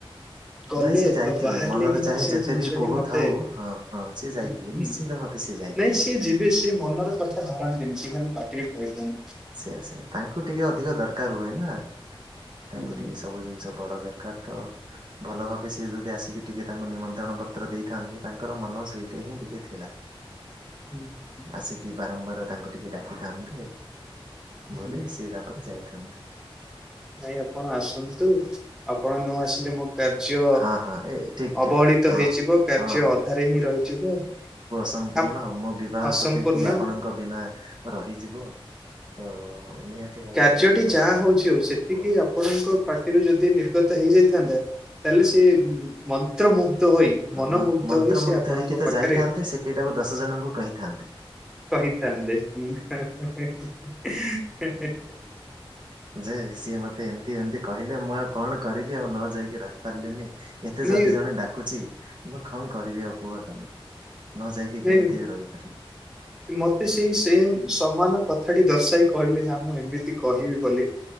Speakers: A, in the centre; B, on the right.
A: ଗଲେ
B: ନାଇଁ ସେ ଯାଇଥିବେ
A: ବା ବାହାରିଲେ
B: ମନର
A: କି
B: ଚାହେ
A: ନାହିଁ ସେଇ
B: ଯେତେ
A: ଜିନିଷଟି
B: ବି କୋହ
A: ମତେ
B: ଥାଉ ହଁ ହଁ ସିଏ ଯାଇଥିବେ
A: ହୁଁ
B: ନିଶ୍ଚିନ୍ତ ଭାବେ ସିଏ ଯାଇଥିବେ।
A: ନାଇଁ ସିଏ ଯିବେ, ସିଏ ମନର କଥା ଧରନ୍ତିନି, ସିଏ ଖାଲି ପାଟିରେ କହିଦଅନ୍ତି।
B: ସେୟା ସେୟା ତାଙ୍କୁ ଟିକେ ଅଧିକ ଦରକାର ହୁଏ ନା, ତାଙ୍କୁ
A: ହୁଁ ହୁଁ
B: ଟିକେ ସବୁ ଜିନିଷ ବଡ ଦର ଦରକାର ତ ଭଲ ଭାବେ ସିଏ ଯଦି ଆସିକି ଟିକେ ତାଙ୍କୁ ନିମନ୍ତ୍ରଣ ପତ୍ର ଦେଇଥାନ୍ତେ, ତାଙ୍କର ମନ ସେଇଟା ହିଁ ଟିକେ ଥିଲା।
A: ଉହୁଁ।
B: ଆସିକି ବାରମ୍ବାର ତାଙ୍କୁ ଟିକେ ଡାକିଥାନ୍ତେ,
A: ହୁଁ
B: ବୋଇଲେ ସେ ତାପରେ ଯାଇଥାନ୍ତେ।
A: ଭାଇ ଆପଣ ଆସନ୍ତୁ ଆପଣ ନ ଆସିଲେ ମୁଁ କାର୍ଯ୍ୟ
B: ହଁ ହଁ ଏ ଠିକ୍ ଠିକ୍
A: ଅବହେଳିତ
B: ହଁ
A: ହେଇଯିବ, କାର୍ଯ୍ୟ
B: ହଁ
A: ଅଧାରେ ହିଁ ରହିଯିବ।
B: ସମ୍ପୂର୍ଣ୍ଣ
A: ଆପ୍
B: ମୋ ବିବାହ
A: ଅସମ୍ପୂର୍ଣ୍ଣ
B: ସତେକି ଆପଣଙ୍କ ବିନା ରହିଯିବ। ତ ନିହାତି ଭାବେ
A: କାର୍ଯ୍ୟଟି
B: ଆପଣଙ୍କ
A: ଯାହା ହଉଛି ହଉ ସେତିକି
B: ହଁ
A: ଆପଣଙ୍କ ପାଟିରୁ ଯଦି ନି ତ ହେଇଯାଇଥାନ୍ତା ତାହେଲେ
B: ହଁ।
A: ସେ ମନ୍ତ୍ର ମୁ କ୍ତ ହୋଇ
B: ହଁ
A: ମନମୁଗ୍ଧ
B: ମନ୍ ମନ୍ତ୍ରମୁଗ୍ଧ
A: ହୋଇ ସେ ଆପଣଙ୍କ
B: ହେଇକି ତ
A: ପାଖରେ
B: ଯାଇଥାନ୍ତେ ସେଇଟାକୁ ଦଶ ଜଣଙ୍କୁ କହିଥାନ୍ତେ।
A: କହିଥାନ୍ତେ ହା ହା ହା ହା ହେ ହେ।
B: ଯେ ସିଏ ମତେ ଏମିତି ଏମିତି କହିଲେ ମୁଁ ଆଉ କଣ କରିବି ଆଉ ନ ଯାଇକି ରହିପାରିଲିନି। ଏତେ
A: ନାଇଁ
B: ଯଦି ଜଣେ ଡାକୁଛି ମୁଁ କଣ କରିବି ଆଉ କୁହ ତମେ? ନ ଯାଇକି
A: ନାଇଁ
B: କେମିତି ବି ରହିପାରିବି?
A: ମତେ ସେଇ ସେମ ସମାନ କଥାଟି ଦର୍ଶାଇ କହିଲେ ନା ମୁଁ ଏମିତି କହିବି ବୋଲି।